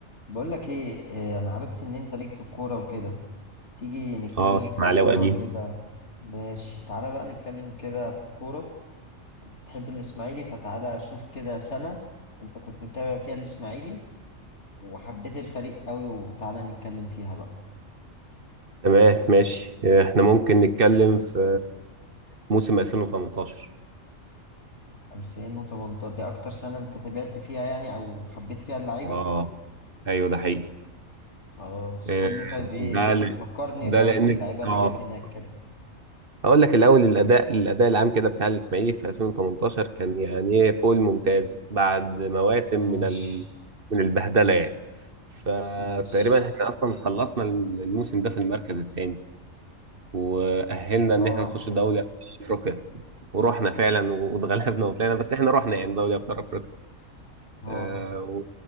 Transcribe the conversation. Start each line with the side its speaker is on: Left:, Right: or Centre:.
Left: بقول لك ايه آه، انا عرفت ان انت ليك في الكوره وكده تيجي نتكلم
Right: اه اسماعيلاوي
Left: في الكوره
Right: قديم
Left: كده ماشي تعالى بقى نتكلم كده في الكوره انت بتحب الاسماعيلي فتعالى شوف كده سنه انت كنت متابع فيها الاسماعيلي وحبيت الفريق قوي وتعالى نتكلم فيها بقى
Right: تمام ماشي احنا ممكن نتكلم في موسم 2018
Left: 2018 دي اكتر سنه انت تابعت فيها يعني او حبيت فيها اللعيبه
Right: اه ايوه ده حقيقي
Left: خلاص
Right: آه،
Left: قول لي طيب ايه
Right: ده ل...
Left: فكرني طيب
Right: ده لانك
Left: باللعيبه اللي
Right: اه
Left: كانت هناك كده
Right: هقول لك الاول الاداء الاداء العام كده بتاع الاسماعيلي في 2018 كان يعني ايه فوق الممتاز بعد مواسم
Left: ماشي
Right: من ال... من البهدله يعني فتقريبا
Left: ماشي
Right: احنا اصلا خلصنا الموسم ده في المركز الثاني واهلنا
Left: اه
Right: ان احنا نخش دوري ابطال افريقيا ورحنا فعلا واتغلبنا وطلعنا بس احنا رحنا يعني دوري ابطال افريقيا
Left: اه
Right: آه، و-